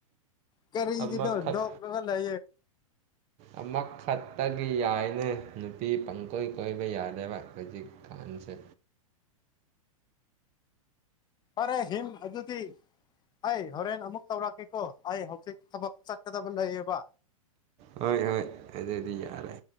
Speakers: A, on the left; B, on the right.
A: ꯀꯔꯤꯗꯤꯗ
B: ꯑꯃꯈꯛ
A: ꯗꯣꯛꯒꯂꯦ
B: ꯑꯃꯈꯛꯇꯒꯤ ꯌꯥꯏꯅ ꯅꯨꯄꯤ ꯄꯪꯀꯣꯏ ꯀꯣꯏꯕ ꯌꯥꯗꯕ ꯍꯧꯖꯤꯛ ꯀꯥꯟ ꯄꯨꯁꯦ
A: ꯑꯔꯦ ꯍꯤꯝ ꯑꯗꯨꯗꯤ ꯑꯩ ꯍꯣꯔꯦꯟ ꯑꯃꯨꯛ ꯇꯧꯔꯛꯀꯦꯀꯣ ꯑꯩ ꯍꯧꯖꯤꯛ ꯊꯕꯛ ꯆꯠꯀꯗꯕ ꯂꯩꯌꯦꯕ
B: ꯍꯣꯏ ꯍꯣꯏ ꯑꯗꯨꯗꯤ ꯌꯥꯔꯦ